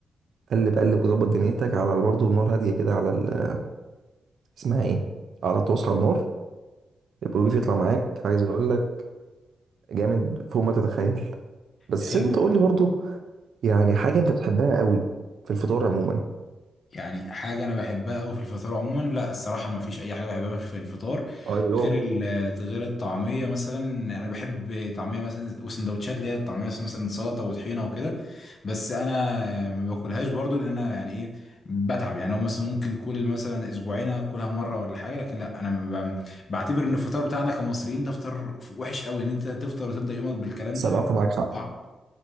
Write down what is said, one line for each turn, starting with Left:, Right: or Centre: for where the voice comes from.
Right: قلب قلب وظبط دنيتك على برضه النار هاديه كده على ال- اسمها ايه على طاسه على النار البروبيف يطلع معاك عايز اقول لك جامد فوق ما تتخيل بس
Left: حلو
Right: انت قول لي برضه يعني حاجه انت بتحبها قوي في الفطار عموما
Left: يعني حاجة أنا بحبها أوي في الفطار عموما لا الصراحة ما فيش أي حاجة بحبها في الفطار
Right: اه اللي هو
Left: غير ال- غير الطعمية مثلا أنا بحب طعمية مثلا وسندوتشات اللي هي الطعمية مثلا سلطة وطحينة وكده بس أنا ما باكلهاش برضو لأن أنا يعني إيه بتعب يعني هو مثلا ممكن كل مثلا أسبوعين أكلها مرة ولا حاجة لكن لا أنا ما ب- بعتبر إن الفطار بتاعنا كمصريين ده فطار وحش أوي إن أنت تفطر وتبدأ يومك بالكلام
Right: صراحة
Left: ده
Right: معاك حق
Left: صعب